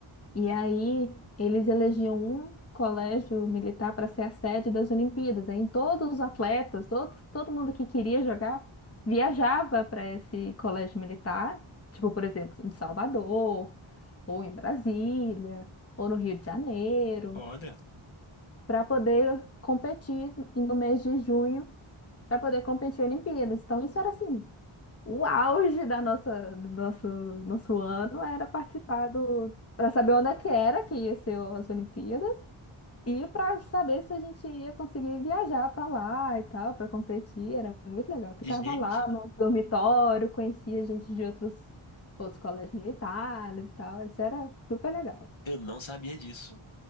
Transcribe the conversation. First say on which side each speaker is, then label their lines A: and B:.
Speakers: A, on the left (about 30°); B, on the left (about 65°).
A: E aí eles elegiam um colégio militar para ser a sede das Olimpíadas. Aí todos os atletas, todo, todo mundo que queria jogar, viajava para esse colégio militar, tipo, por exemplo, em Salvador, ou em Brasília, ou no Rio de Janeiro,
B: Olha.
A: para poder competir no mês de junho, para poder competir em Olimpíadas. Então isso era assim, o auge da nossa, do nosso, nosso ano era participar do, para saber onde é que era que ia ser as Olimpíadas e para saber se a gente ia conseguir viajar para lá e tal, para competir. Era muito legal. Ficava
B: E, Gente,
A: lá no dormitório, conhecia gente de outros, outros colégios militares e tal. Isso era super legal.
B: eu não sabia disso.